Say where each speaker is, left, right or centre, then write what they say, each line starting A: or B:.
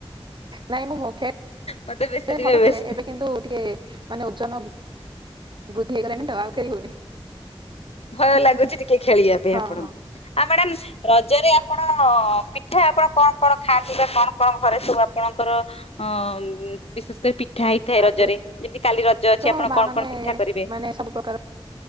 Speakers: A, on the right; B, on the left.
A: ନାଇଁ ମୁଁ ଭୋକେ ଖେଳେ
B: ମତେ ବେଶୀ ଦିବେ
A: ଭଲ
B: ବେଶୀ
A: ଖେଳେ ଏବେ କିନ୍ତୁ ଟିକେ ମାନେ ଓଜନ ବୁଦ୍ଧି ହେଇଗଲାଣି ତ ଆଉ ଖେଳି ହଉନି।
B: ଭୟ ଲାଗୁଛି ଟିକେ ଖେଳିବା ପାଇଁ
A: ହଁ
B: ଆପଣଙ୍କୁ
A: ହଁ
B: ଆଉ ମ୍ୟାଡାମ ରଜରେ ଆପଣ ପିଠା ଆପଣ କଣ କଣ ଖାଆନ୍ତି ବା କଣ କଣ ଘରେ ସବୁ ଆପଣଙ୍କର ଅ ବିଶେଷ କରି ପି ଠା ହେଇଥାଏ
A: ଆଗରୁ
B: ରଜରେ ଯେମିତି କାଲି ରଜ ଅଛି
A: ତ
B: ଆପଣ
A: ମା
B: କଣ
A: ମାନେ
B: କଣ ପିଠା କରିବେ?
A: ମାନେ ସବୁ ପ୍ରକାର